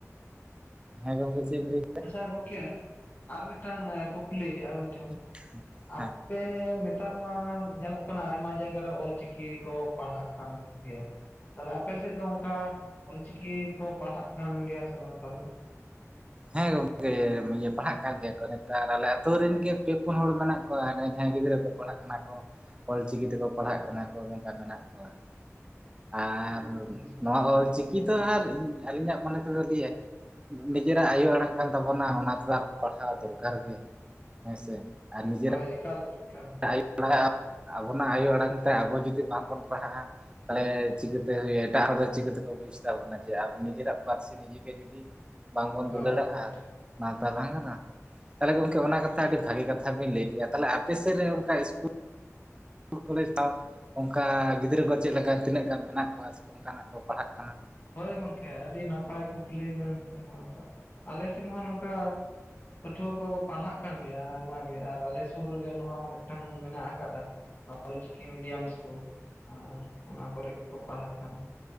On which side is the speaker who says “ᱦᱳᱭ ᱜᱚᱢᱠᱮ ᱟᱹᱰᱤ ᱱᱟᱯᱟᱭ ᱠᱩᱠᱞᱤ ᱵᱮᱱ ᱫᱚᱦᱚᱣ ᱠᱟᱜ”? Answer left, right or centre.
Left